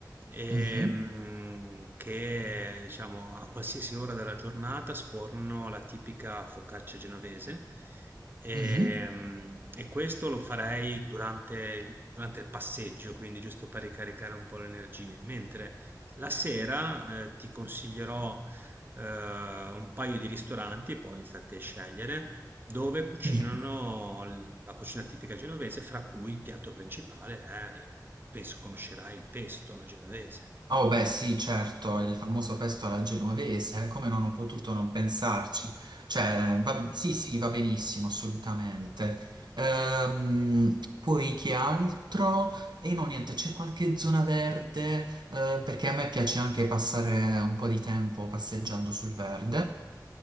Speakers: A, on the right; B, on the right.
A: ehm,
B: Mhm,
A: che, diciamo, a qualsiasi ora della giornata sfornano la tipica focaccia genovese. Ehm,
B: mhm,
A: E, questo lo farei durante, durante il passeggio, quindi giusto per ricaricare un po' le energie. Mentre la sera, eh, ti consiglierò eh, un paio di ristoranti, poi state a scegliere dove cucinano
B: mhm.
A: l- la cucina tipica genovese, fra cui il piatto principale è, penso conoscerai il pesto alla genovese.
B: Oh beh sì, certo, il famoso pesto alla genovese, eh, come non ho potuto non pensarci. Cioè, va- sì, sì, va benissimo, assolutamente. Ehm, poi che altro? E no, niente, c'è qualche zona verde, eh, perché a me piace anche passare un po' di tempo passeggiando sul verde.